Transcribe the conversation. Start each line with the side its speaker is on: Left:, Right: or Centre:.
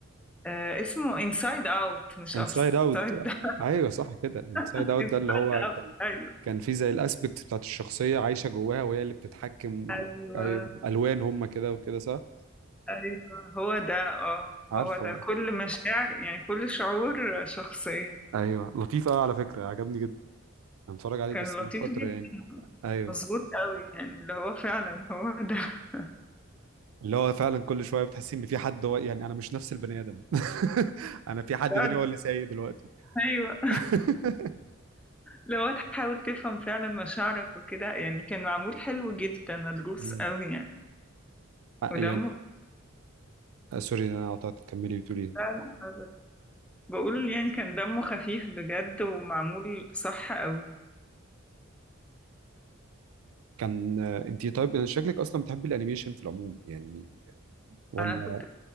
Centre: آه، اسمه انسايد اوت مش
Right: انسايد
Centre: ابسايد
Right: اوت
Centre: داون
Right: ايوه صح كده انسايد
Centre: انسايد
Right: اوت ده اللي هو
Centre: اوت
Right: كان
Centre: <laughs> ايوه
Right: كان فيه زي الاسبكت بتاعت الشخصيه عايشه جواها وهي اللي بتتحكم و...
Centre: ايوه
Right: ايوه الوان هم كده وكده صح
Centre: ايوه هو ده اه
Right: عارفه
Centre: هو ده كل مشاعر يعني كل شعور شخصية
Right: ايوه لطيف قوي على فكره عجبني جدا انا اتفرج عليه
Centre: كان
Right: بس
Centre: لطيف
Right: من فتره
Centre: جدا
Right: يعني ايوه
Centre: مظبوط قوي يعني اللي هو فعلا هو ده <laughs>
Right: اللي هو فعلا كل شويه بتحس ان في حد هو يعني انا مش نفس البني ادم <laughs> انا في حد
Centre: فعلا
Right: تاني هو اللي سايق دلوقتي
Centre: ايوه
Right: <laughs>
Centre: لو تحاول تفهم فعلا مشاعرك وكده يعني كان معمول حلو جدا مدروس
Right: مم.
Centre: قوي يعني
Right: آه،
Centre: ودمه
Right: يعني
Centre: خ-
Right: آه، سوري إن انا قطعت تكملي بتقولي إيه.
Centre: فعلا ابدا بقول يعني كان دمه خفيف بجد ومعمول صح قوي
Right: كان آه، انتي طيب شكلك اصلا بتحبي الانيميشن في العموم يعني ولا
Centre: انا كنت